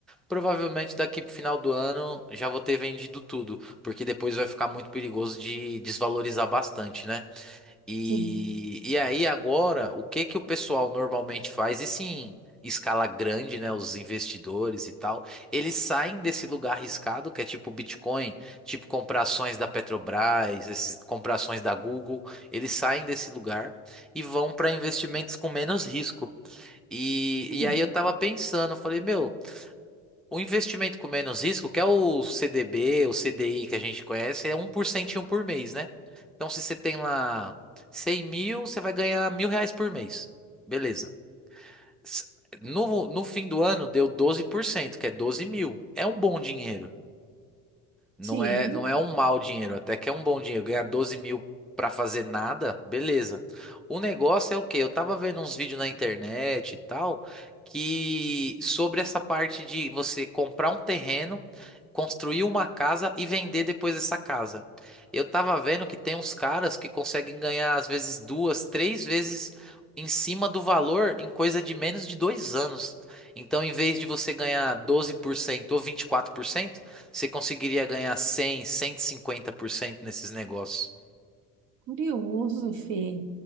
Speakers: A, in the centre; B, on the right.
A: Provavelmente daqui pro final do ano já vou ter vendido tudo, porque depois vai ficar muito perigoso de desvalorizar bastante, né? E,
B: Sim.
A: e aí agora, o que que o pessoal normalmente faz? E sim, escala grande, né? Os investidores e tal, eles saem desse lugar arriscado, que é tipo Bitcoin, tipo comprar ações da Petrobras, esses, comprar ações da Google, eles saem desse lugar e vão para investimentos com menos risco. E,
B: Hum,
A: e aí eu tava pensando, eu falei, meu. O investimento com menos risco, que é o CDB, o CDI que a gente conhece, é um por cento por mês, né? Então, se você tem lá 100 mil, você vai ganhar mil reais por mês. Beleza. S- No, no fim do ano, deu 12%, que é 12 mil. É um bom dinheiro. Não
B: Sim,
A: é, não é um mau dinheiro, até que é um bom dinheiro. Ganhar 12 mil pra fazer nada, beleza. O negócio é o quê? Eu tava vendo uns vídeos na internet e tal, que sobre essa parte de você comprar um terreno, construir uma casa e vender depois essa casa. Eu tava vendo que tem uns caras que conseguem ganhar, às vezes, duas, três vezes em cima do valor em coisa de menos de dois anos. Então, em vez de você ganhar 12% ou 24% você conseguiria ganhar cem, cento e cinquenta por cento nesses negócios.
B: curioso, Fê.